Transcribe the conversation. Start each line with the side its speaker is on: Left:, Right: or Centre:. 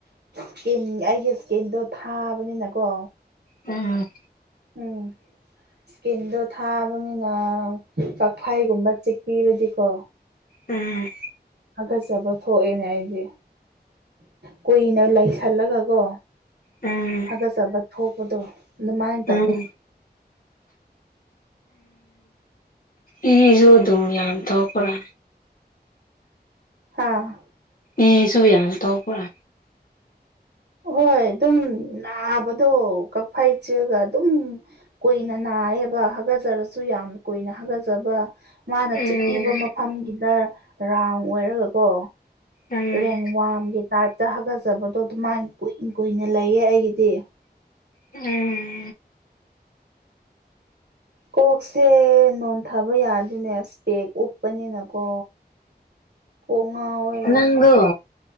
Right: ꯁ꯭ꯀꯤꯟ ꯑꯩꯒꯤ ꯁ꯭ꯀꯤꯟꯗꯣ ꯊꯥꯕꯅꯤꯅꯀꯣ
Left: ꯎꯝ꯫
Right: ꯎꯝ ꯏꯁꯀꯤꯟꯗꯣ ꯊꯥꯕꯅꯤꯅ ꯀꯛꯐꯩꯒꯨꯝꯕ ꯆꯤ ꯔꯖꯤꯀꯣ꯫
Left: ꯎꯝ꯫
Right: ꯊꯥꯒꯠꯆꯕ ꯊꯣꯛꯑꯦꯅꯦ ꯑꯩꯗꯤ ꯀꯨꯏꯅ ꯂꯩ꯫ ꯈꯜꯂꯒꯀꯣ
Left: ꯎꯝ
Right: ꯍꯥꯒꯠꯆꯕ ꯊꯣꯛꯄꯗꯣ ꯑꯗꯨꯃꯥꯏꯅ ꯇꯧꯋꯦ
Left: ꯎꯝ ꯎ ꯏꯁꯨ ꯑꯗꯨꯝ ꯌꯝꯊꯣꯛꯄꯔꯥ꯫
Right: ꯍꯥꯥ꯫
Left: ꯏꯁꯨ ꯌꯥꯝ ꯇꯧꯕꯧꯕ꯭ꯔꯥ
Right: ꯍꯣꯏ ꯑꯗꯨꯝ ꯅꯥꯕꯗꯣ ꯀꯛꯐꯩ ꯆꯛꯑꯒ ꯑꯗꯨꯝ ꯀꯨꯏꯅ ꯅꯥꯏꯌꯦꯕ ꯍꯥꯒꯠꯆꯔꯁꯨ ꯌꯥꯝ ꯀꯨꯏꯅ ꯍꯥꯒꯠꯖꯕ ꯃꯥꯅ
Left: ꯎꯝ
Right: ꯆꯤꯛꯄꯤꯕ ꯑꯝꯒꯤꯗ ꯔꯥꯎꯟ ꯑꯣꯏꯔꯒꯀꯣ
Left: ꯎꯝ
Right: ꯔꯦꯡ ꯋꯥꯝꯒꯤ ꯇꯥꯏꯞꯇ ꯍꯥꯒꯠꯆꯕꯗꯣ ꯑꯗꯨꯃꯥꯏ ꯀꯨꯏꯅ ꯀꯨꯏꯅ ꯂꯩꯌꯦ ꯑꯩꯒꯤꯗꯤ
Left: ꯎꯝ
Right: ꯀꯣꯛꯁꯦ ꯅꯣꯟꯊꯥꯕ ꯌꯥꯗꯣꯏꯅꯦ ꯏꯁꯄꯦꯛ ꯎꯞꯄꯅꯤꯅꯀꯣ ꯀꯣꯛ ꯉꯥꯎꯋꯦ
Left: ꯅꯪꯗꯣ